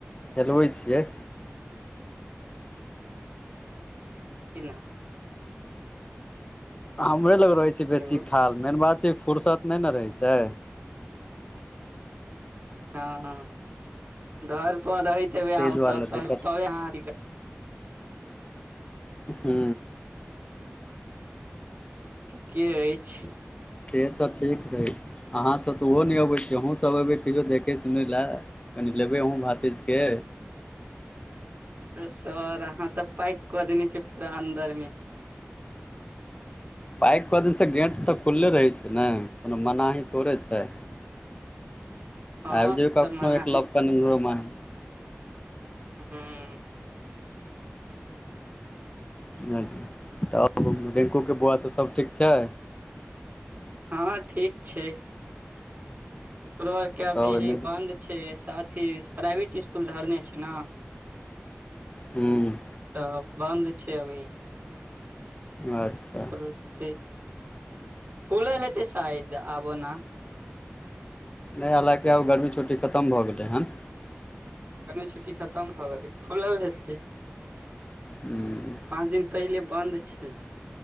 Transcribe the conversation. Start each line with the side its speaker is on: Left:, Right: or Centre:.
Left: हेलबैत छियै
Right: तना
Left: हमरे लग रहै
Right: हेलो
Left: छै बेसी खाल मेन बात छै फुरसत नहि ने रहै छै।
Right: ह घर पर रहैतेबे आ
Left: ताहि दुआरे
Right: ते
Left: दिक्कत
Right: हू
Left: हू।
Right: के अछि।
Left: सेहत तऽ ठीक रहै छै। अहाँ सभ तऽ ओहो नहि अबैत छियै अहूँ सभ अबै कहियो देखै सुनै लए कनि लेबै अहूँ भातेज के
Right: सर अहाँ त पैक कऽ देने छिय पूरा अन्दर मे
Left: पइक कऽ दिन तऽ गेट तऽ खुले रहै छै ने कोनो मनाही थोड़े छै
Right: हँ
Left: आब जी
Right: से
Left: कखनो
Right: तऽ मना
Left: एक
Right: नहि
Left: लपकन
Right: छै
Left: इन्हरो माहे
Right: <unintelligible>
Left: <unintelligible> तब रिंकू केँ बौआ सब सब ठीक छै
Right: हँ ठीक छै <inaudible> ओकरो आर केँ अभी
Left: तब एहिमे
Right: बन्द छै साथी प्राइवेट इसकुल धरने छै न
Left: हूँ
Right: तऽ बन्द छै अभी
Left: अच्छा
Right: <unintelligible> खुलल हेतै शायद आब ओना
Left: नै हालाँकि आब गर्मी छुटी खतम भऽ गेलै हन
Right: गर्मी छुट्टी खतम भऽ गेलै खुलल हेतै
Left: हूँ
Right: पाँच दिन पहिले बन्द छै